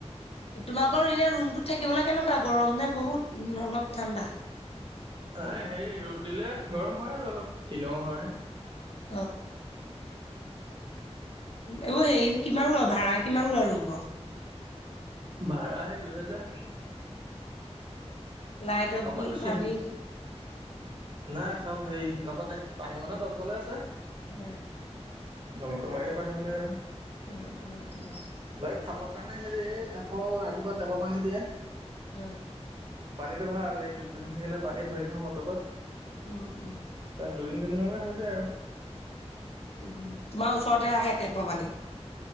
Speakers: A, on the left; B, on the right.
A: তোমালোকৰ এনে ৰুমটোত থাকিবলে কেনেকুৱা গৰম নে বহুত নে অলপ ঠাণ্ডা
B: এ হেৰি ৰ'দ দিলে গৰম হয় আৰু অলপ তিনৰ ঘৰহে
A: অ এইবোৰ হেৰি কিমান লয় ভাড়া কিমান লয় ৰুমবোৰৰ
B: ভাড়া সেই দুহেজাৰ
A: লাইটৰ
B: অকল
A: বিল, পানী
B: চিম নাই চব হেৰি লগতে পানী মানুহে দম কলে আছে
A: উম
B: দমকল মাৰিলে পানী উলাই আৰু
A: উম-উম-উম
B: বাকী খাবৰ কাৰণে হেৰি টেপৰ ৰাতিপুৱা টেপৰ পানী দিয়ে
A: উম
B: পানীটো ভাল এই ডিউতি নাথাকিলে পানী ধৰি থওঁ বটলত
A: উম উম
B: তাত দুদিন তিনিদিনলে হৈ যায় আৰু
A: উম তোমাৰ ওচৰতে আহে টেপৰ পানী